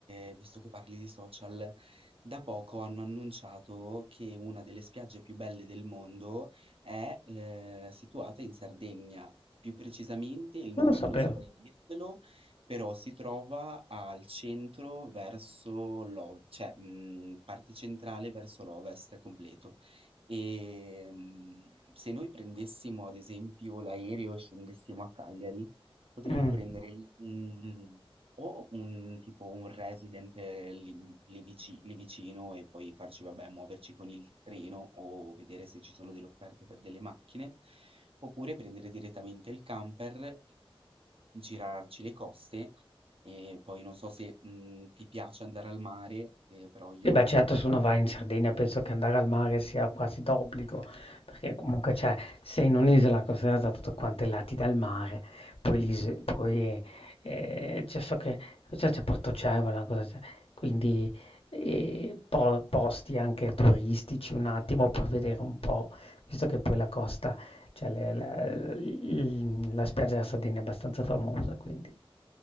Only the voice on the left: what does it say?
non lo sapevo.
Mm.
Sì, beh, certo, se uno va in Sardegna penso che andare al mare sia quasi d'obbligo, perché comunque c'è, sei in un'isola costellata da tutti quanti i lati dal mare, poi, l'is- poi eh, c'è so che c'è c'è Portocevole, cosa c'è, quindi eh, po- posti anche turistici un attimo per vedere un po', visto che poi la costa, cioè le- la, il- la spiaggia della Sardegna è abbastanza famosa, quindi...